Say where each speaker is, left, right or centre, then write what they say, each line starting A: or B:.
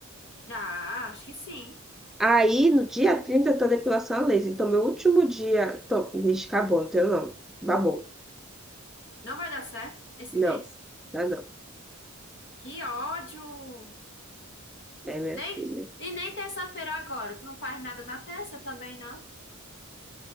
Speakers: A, on the left (about 60°); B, in the centre.
A: Dá, acho que sim.
B: Aí, no dia 30 eu tô depilação a laser. Então, meu último dia. Tô, vixe, acabou, não tenho não. Babou.
A: Não vai dar certo esse
B: Não,
A: mês.
B: dá não.
A: Que ódio!
B: É, minha
A: Nem,
B: filha.
A: e nem terça-feira agora. Tu não faz nada na terça também, não?